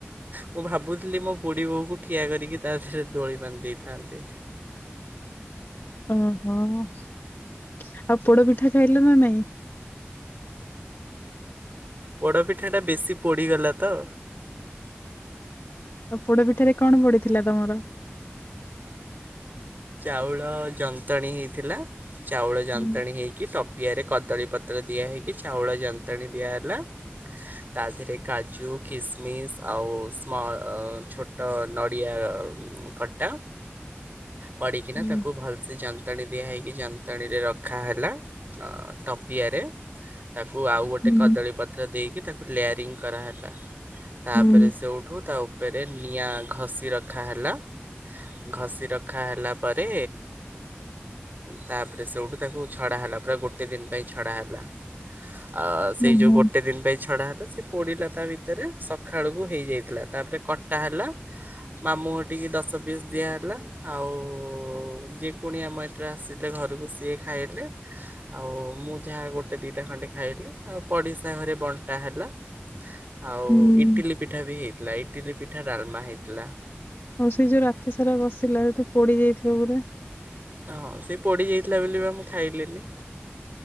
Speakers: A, on the right; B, on the left.
A: ମୁଁ ଭାବୁଥିଲି ମୋ ବୁଢୀ ବୋଉ କୁ ଠିଆ କରିକି ତା ଥୀରେ ଦୋଳି ବାନ୍ଧି ଦେଇଥାନ୍ତି।
B: ଓହୋ ଆଉ ପୋଡ ପିଠା ଖାଇଲ ନା ନାଇଁ?
A: ପୋଡ଼ପିଠାଟା ବେଶି ପୋଡ଼ିଗଲା ତ।
B: ଆଉ ପୋଡ ପିଠାରେ କଣ ପଡିଥିଲା ତମର?
A: ଚାଉଳ ଯନ୍ତ୍ରଣୀ ହେଇଥିଲା। ଚାଉଳ ଯାନ୍ତ୍ରଣୀ
B: ହୁଁ
A: ହେଇକି ଟପ ପିଆରେ କଦଳୀପତ୍ର ଦିଆହଇକି ଚାଉଳ ଯନ୍ତଣୀ ଦିଆହେଲା ତା ଦେହରେ କାଜୁ କିସମିସ୍ ଆଉ ସ୍ମଲ ଛୋଟ ନଡିଆ କଟା ପଡିକିନା
B: ହୁଁ
A: ତାକୁ ଭଲସେ ଯନ୍ତାଣୀ ଦିଆ ହେଇକି ଯଅ ଯନ୍ତାଣୀ ରେ ରଖା ହେଲା ଅ ଟପିଆରେ ତାକୁ ଆଉ ଗୋଟେ
B: ହୁଁ
A: କଦଳୀ ପତ୍ର ଦେଇକି ତାକୁ ଲେୟାରିଙ୍ଗ କରାହେଲା। ତାପରେ
B: ହୁଁ
A: ସେଉଠୁ ତା ଉପରେ ନିଆଁ ଘଷି ରଖା ହେଲା। ଘଷି ରଖା ହେଲା ପ ପରେ ତାପରେ ସେଠୁ ତାକୁ ଛଡ଼ା ହେଲା ଗୋଟେ ଦିନ ପାଇଁ ଛଡ଼ା ହେଲା। ଆଉ ସେଇ
B: ହୁଁ
A: ଯେଉଁ
B: ହୁଁ
A: ଗୋଟେ ଦିନ ପାଇଁ ଛଡ଼ା ହେଲା ସେ ପୋଡ଼ିଲା ତା ଭିତରେ ସକାଳୁକୁ ହେଇଯାଇଥିଲା ତାପରେ କଟା ହେଲା ମାମୁଁ ହରଟିକି ଦଶ ପିସ୍ ଦିଆହେଲା ଆଉ ଆ ଯେ କୁଣିଆ ମୈତ୍ର ଆସିଥିଲେ ଘରକୁ ସିଏ ଖାଇଲେ ଆଉ ମୁଁ ଯାହା ଗୋଟେ ଦୁଇଟା ଖଣ୍ଡେ ଖାଇଲି ଆଉ ପଡ଼ିଶା ଘରେ ବଣ୍ଟା ହେଲା ଆଉ
B: ହୁଁ।
A: ଇଟିଲି ପିଠା ବି ହେଇଥିଲା ଇ ଇଟିଲି ପିଠା ଡାଲମା ହେଇଥିଲା।
B: ହଉ ସେ ଯୋଉ ରାତି ସାରା ବସିଲା ସେ ତ ପୋଡି ଯାଇଥିବ ପୁରା।
A: ହଁ ସେ ପୋଡ଼ିଯାଇଥିଲା ବୋଲି ବା ମୁଁ ଖାଇଲିନି।